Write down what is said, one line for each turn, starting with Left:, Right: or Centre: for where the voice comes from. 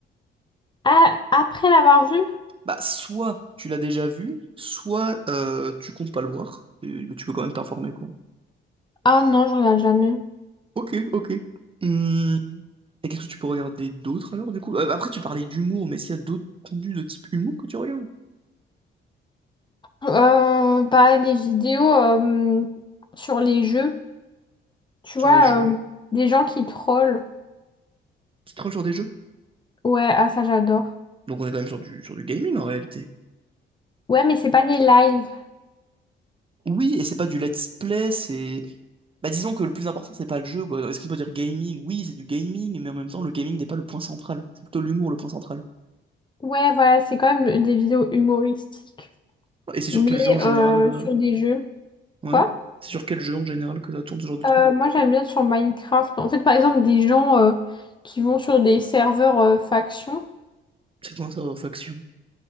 Left: Ah, après l'avoir vu?
Right: Bah, soit tu l'as déjà vu, soit euh, tu comptes pas le voir, et- mais tu peux quand même t'informer, quoi.
Left: Ah non, je regarde jamais.
Right: Ok, ok. Hum, Et qu'est-ce que tu peux regarder d'autre alors, du coup? Euh, après, tu parlais d'humour, mais est-ce qu'il y a d'autres contenus de type humour que tu regardes?
Left: Euh, bah, les vidéos euh, sur les jeux, tu
Right: Sur
Left: vois,
Right: les jeux?
Left: euh, des gens qui trollent.
Right: Tu te trolles sur des jeux?
Left: Ouais, ah ça j'adore.
Right: Donc on est quand même sur du, sur du gaming en réalité.
Left: Ouais, mais c'est pas des lives.
Right: Oui, et c'est pas du let's play, c'est... Bah disons que le plus important c'est pas le jeu, quoi. Est-ce qu'on peut dire gaming? Oui, c'est du gaming, mais en même temps le gaming n'est pas le point central. C'est plutôt l'humour le point central.
Left: Ouais, voilà, c'est quand même des vidéos humoristiques.
Right: Et c'est sur
Left: Mais
Right: quel jeu en général
Left: euh,
Right: euh,
Left: sur des jeux.
Right: Ouais.
Left: Quoi?
Right: C'est sur quel jeu en général que ça tourne ce genre de truc?
Left: Euh, moi j'aime bien être sur Minecraft. En fait, par exemple, des gens euh, qui vont sur des serveurs factions.
Right: C'est quoi un serveur faction?